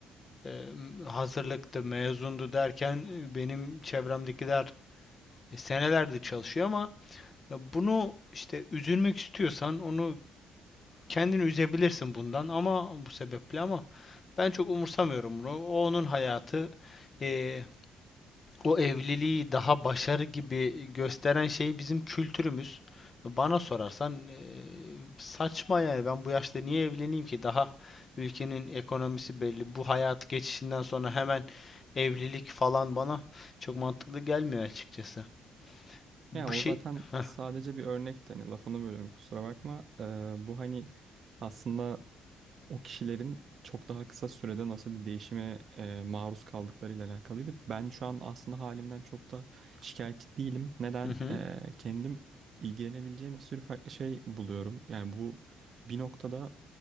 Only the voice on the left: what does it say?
E, m- hazırlıktı, mezundu derken e, benim çevremdekiler e, senelerdir çalışıyor ama ya bunu işte üzülmek istiyorsan onu kendini üzebilirsin bundan ama bu sebeple ama ben çok umursamıyorum bunu. O onun hayatı. E, o evliliği daha başarı gibi gösteren şey bizim kültürümüz. Bana sorarsan eee, saçma yani ben bu yaşta niye evleneyim ki? Daha ülkenin ekonomisi belli. Bu hayat geçişinden sonra hemen evlilik falan bana çok mantıklı gelmiyor açıkçası. Bu
şey
Heh,
hı hı,